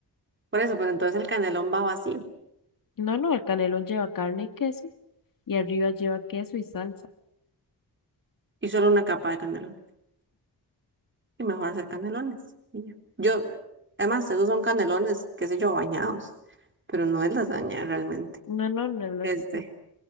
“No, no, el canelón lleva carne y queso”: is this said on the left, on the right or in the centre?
Left